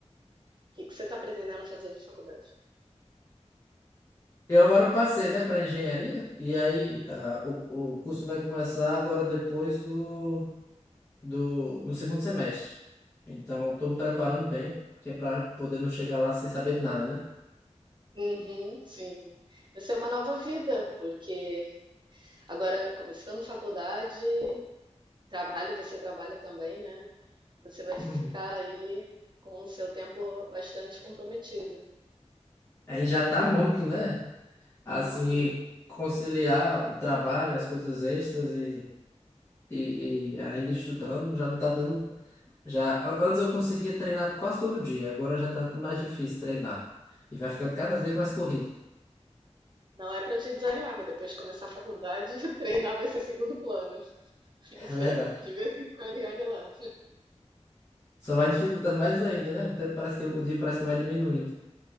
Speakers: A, on the right; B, on the left.
A: O que que você está pretendendo fazer de faculdade?
B: Eu agora passei, né, para engenharia, e aí ah, o, o curso vai começar agora depois do, do no segundo semestre. Então, eu tô me preparando bem, que é para poder não chegar lá sem saber de nada, né?
A: Uhum, sim. Vai ser uma nova vida, porque agora começando faculdade, trabalho, você trabalha também, né? Você vai
B: Uhum.
A: ficar aí com o seu tempo bastante comprometido.
B: Aí já tá muito, né? assim,
A: Uhum.
B: conciliar o trabalho, as coisas extras e, e, e ainda estudando, já não tá dando. Já, a- antes eu conseguia treinar quase todo dia, agora já tá mais difícil treinar. E vai ficando cada vez mais corrido. <laughs>
A: Não é para te desanimar, mas depois de começar a faculdade, <laughs> treinar vai ser segundo plano. Isso
B: É verdade.
A: é de vez em quando e olha lá.
B: Só vai dificultando mais ainda, né? O tempo parece que, o dia parece que vai diminuindo.